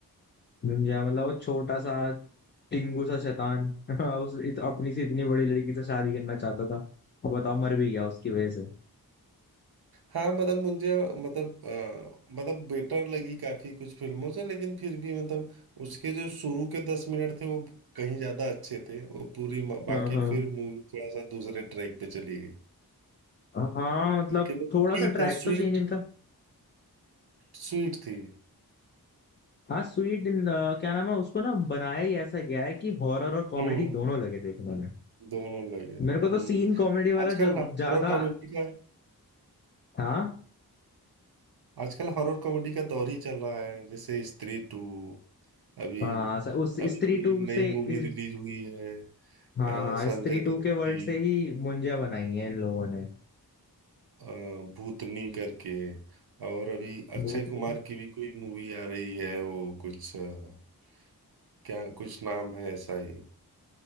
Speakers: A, on the left; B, on the right.
A: मुंजिया मतलब वो छोटा सा टिंगू सा शैतान <laughs> उस इत, अपनी से इतनी बड़ी लड़की से शादी करना चाहता था और बताओ मर भी गया उसकी वजह से
B: हाँ मतलब मुझे मतलब अ, मतलब बेटर लगी काफी कुछ फिल्मों से लेकिन फिर भी मतलब उसके जो शुरू के दस मिनट थे वो कहीं ज्यादा अच्छे थे वो पूरी म- बाकी
A: हाँ हाँ
B: फिर मूवी थोड़ा सा दूसरे ट्रैक पे चली गई
A: हाँ मतलब
B: लेकिन वो
A: थोड़ा
B: ठीक
A: सा ट्रैक
B: था स्वीट
A: तो चेंज इनका
B: स्वीट थी
A: हाँ स्वीट इन क्या नाम है उसको ना बनाया ही ऐसा गया है कि हॉरर और कॉमेडी
B: हम्म
A: दोनों लगे देखने में
B: दोनों लगे हम्म
A: मेरे को तो सीन कॉमेडी वाला
B: आजकल
A: जब
B: हॉरर
A: ज्यादा
B: कॉमेडी का
A: हाँ
B: आजकल हॉरर कॉमेडी का दौर ही चल रहा है जैसे स्त्री टू अभी
A: हाँ स- उस
B: अभी
A: स्त्री
B: कोई
A: टू से
B: नई
A: इस-
B: मूवी रिलीज हुई है
A: हाँ
B: अ,
A: हाँ
B: संजय
A: स्त्री टू
B: दत्त
A: के
B: की
A: वर्ल्ड से ही मुंजिया बनाई है इन लोगों ने
B: अ, भूतनी करके और अभी अक्षय
A: भूत
B: कुमार
A: में
B: की भी कोई मूवी आ रही है वो कुछ अ, क्या कुछ नाम है ऐसा ही